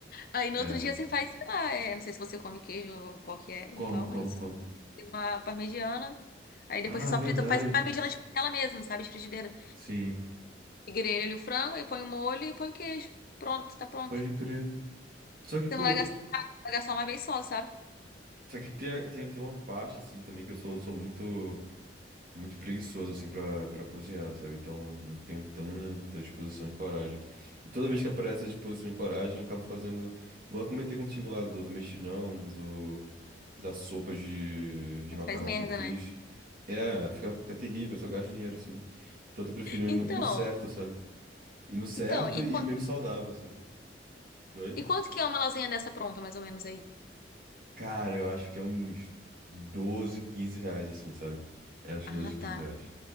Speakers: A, on the left (about 55°); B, on the right (about 50°).
A: Aí no
B: É.
A: outro dia você faz, sei lá, é, não sei se você come queijo ou qual que é
B: Como,
A: e tal,
B: como,
A: mas
B: como?
A: tem uma parmegiana. Aí depois
B: Ah,
A: você só
B: é verdade.
A: frita, faz parmegiana de panela mesmo, sabe? De frigideira.
B: Sim,
A: E grelha ali o frango, aí põe o molho e põe o queijo. Pronto, tá pronto.
B: pode crer. Só que, pô,
A: Você não vai gastar, vai gastar uma vez só, sabe?
B: só que tem, a- tem, tem uma parte, assim, também que eu sou, sou muito, muito preguiçoso, assim, pra, pra cozinhar, sabe? Então, não tenho tanta disposição e coragem. E toda vez que aparece a disposição e coragem, eu acabo fazendo, igual eu comentei contigo lá, do, do mexilhão, do. da sopa de, de
A: Aí
B: macarrão
A: Faz merda,
B: que eu fiz.
A: né?
B: É, fica, fica terrível, só gasto dinheiro assim. Então eu tô preferindo
A: Então.
B: ir no, ir no certo, sabe? Ir no certo
A: Então, e
B: e
A: quanto.
B: menos saudável, sabe? Oi?
A: E quanto que é uma lasanha dessa pronta, mais ou menos aí?
B: Cara, eu acho que é uns 12 15 reais assim, sabe? É, uns
A: Ah,
B: 12, 15
A: tá.
B: reais.